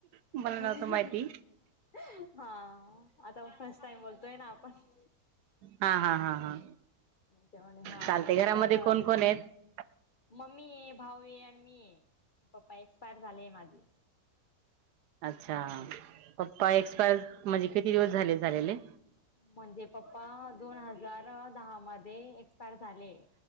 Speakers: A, on the right (about 80°); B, on the left (about 50°).
A: मला
B: हा
A: नव्हतं माहिती
B: आता फर्स्ट टाइम बोलतोय ना पास
A: हा हा हा हा
B: जेवण हा
A: चालते घरामध्ये
B: तर
A: कोण कोण आहेत
B: मम्मी ये भाऊ ये आणि मी ये पप्पा एक्सपायर झालेय माझे
A: अच्छा
B: हो
A: पप्पा एक्सपायर म्हणजे किती दिवस झाले झालेले
B: म्हणजे पप्पा दोन हजार दहा मध्ये एक्सपायर झाले